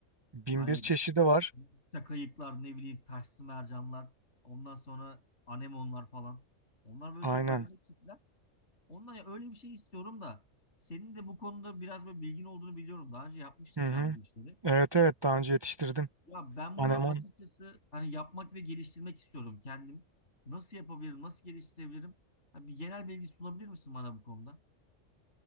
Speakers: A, on the right (about 25°); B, on the left (about 60°).
A: Bin
B: Hani
A: bir çeşidi var.
B: çakayıklar ne bileyim taşsı mercanlar ondan sonra anemonlar falan. Onlar böyle
A: Aynen.
B: çok acayip tipler. Ondan ya öyle bir şey istiyorum da senin de bu konuda biraz böyle bilgin olduğunu biliyorum. Daha önce yapmıştın
A: Hı
B: sen
A: hı.
B: bu işleri.
A: Evet evet daha önce yetiştirdim.
B: Ya ben
A: Anemon.
B: bunu açıkçası hani yapmak ve geliştirmek istiyorum kendim. Nasıl yapabilirim? Nasıl geliştirebilirim? Ha, bir genel bilgi sunabilir misin bana bu konuda?